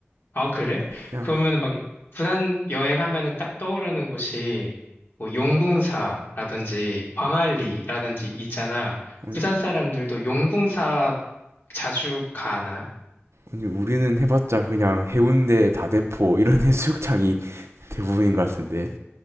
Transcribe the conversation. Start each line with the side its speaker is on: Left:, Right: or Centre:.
Left: 아, 그래?
Right: 그냥
Left: 그러면은 막, 부산 여행하면은 딱 떠오르는 곳이, 뭐, 용궁사라든지, 광안리라든지 있잖아.
Right: 아니,
Left: 부산 사람들도 용궁사 자주 가나?
Right: 아니, 우리는 해봤자 그냥 해운대, 다대포 이런 <laughs> 해수욕장이 대부분인 것 같은데.